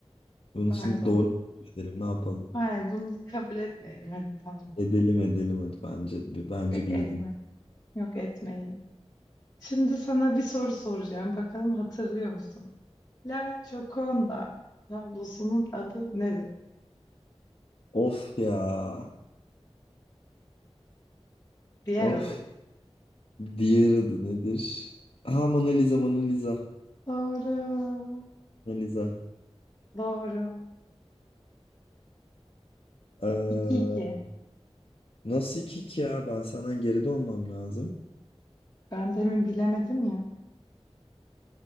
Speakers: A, on the left; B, on the left.
A: Bunu
B: Pardon.
A: şimdi doğru mu edelim ne yapalım?
B: Hayır bunu kabul etmeyelim. Hadi tamam.
A: Edelim edelim hadi bence bence
B: Yok, yok
A: bildin.
B: etmeyelim. Yok etmeyelim. Şimdi sana bir soru soracağım. Bakalım hatırlıyor musun? La Gioconda tablosunun adı nedir?
A: Of ya.
B: Diğer
A: Of.
B: adı yani.
A: Diğer adı nedir? Ha Mona Lisa Mona Lisa.
B: Doğru.
A: Mona Lisa.
B: Doğru.
A: Ee,
B: 2 iki.
A: nasıl iki ki ya? Ben senden geride olmam lazım.
B: Ben demin bilemedim ya.